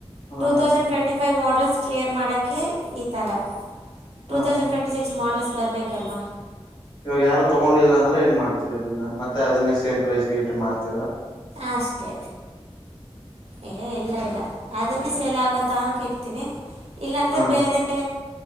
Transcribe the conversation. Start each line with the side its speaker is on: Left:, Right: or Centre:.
Left: ಹಾ
Right: ಟೂ ತೌಸಂಡ್
Left: ಹಾ ಹಾ
Right: ಟ್ವೆಂಟಿ ಫೈವ್ ಮಾಡಲ್ಸ್ ಕ್ಲಿಯರ್ ಮಾಡೆ ಈ ಥರ ಟೂ
Left: ಹಾ
Right: ತೌಸಂಡ್
Left: ಹಾ
Right: ಟ್ವೆಂಟಿ ಸಿಕ್ಸ್ ಮಾಡಲ್ಸ್ ಬರಬೇಕಲ್ವಾ
Left: ಇವಾಗ ಯಾರು ತಗೊಂಡಿಲ್ಲ ಅಂದ್ರೆ ಏನ್ ಮಾಡ್ತೀರ ಇದನ್ನ ಮತ್ತೆ ಅದೇ ಸೇಮ್ ಪ್ರೈಸ್ಗೆ ಐಟಮ್ ಮಾಡ್ತೀ
Right: ಅಷ್ಟೇ ಏ ಇಲ್ಲ ಇಲ್ಲ ಅದನ್ನೇ ಸೇಲ್ ಹಾಕ ತಕ ಇಡ್ತೀವಿ ಇಲ್ಲಾಂದ್ರೆ
Left: ಹಾ
Right: ಬೇರೆ